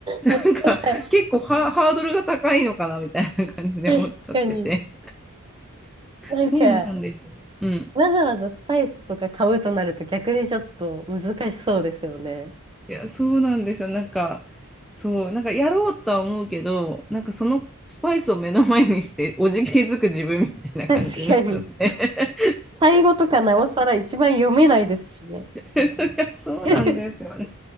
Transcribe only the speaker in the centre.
なんか、結構ハ、ハードルが高いのかなみたいな感じで思っちゃってて。
そうなんです。うん
いや、そうなんですよ。なんか、そう、なんかやろうとは思うけど、なんかそのスパイスを目の前にして、おじけづく自分みたいな感じになっちゃって。
<laughs> そりゃそうなんですよね。